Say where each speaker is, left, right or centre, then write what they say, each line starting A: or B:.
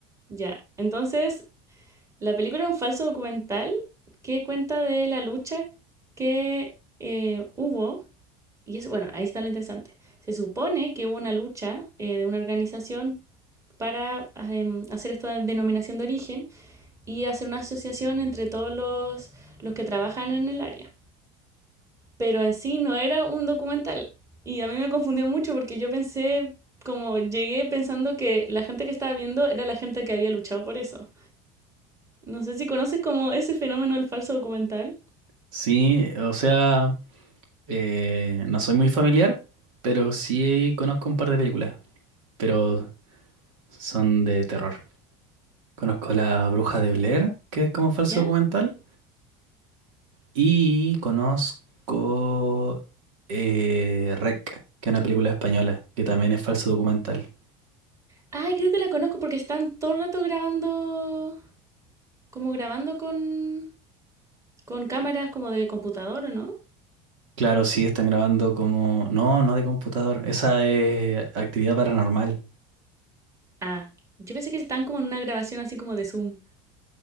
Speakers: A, on the right (about 20°); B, on the right (about 85°).
A: Ya. Entonces, la película es un falso documental que cuenta de la lucha que eh, hubo. Y es, bueno, ahí está lo interesante. Se supone que hubo una lucha eh, de una organización para em, hacer esta denominación de origen y hacer una asociación entre todos los, los que trabajan en el área. pero en sí no era un documental. Y a mí me confundió mucho porque yo pensé, como llegué pensando que la gente que estaba viendo era la gente que había luchado por eso. No sé si conoces como ese fenómeno del falso documental.
B: Sí, o sea, eh, no soy muy familiar, pero sí conozco un par de películas. Pero Son de terror. Conozco La Bruja de Blair, que es como falso
A: ¿Ya?
B: documental. Y conozco eh, Rec, que es una película española, que también es falso documental.
A: Ay, creo que la conozco porque están todo el rato grabando, como grabando con, con cámaras como de computador, ¿o no?
B: Claro, sí, están grabando como... No, no de computador. Esa es actividad paranormal.
A: Ah, yo pensé que estaban como en una grabación así como de Zoom.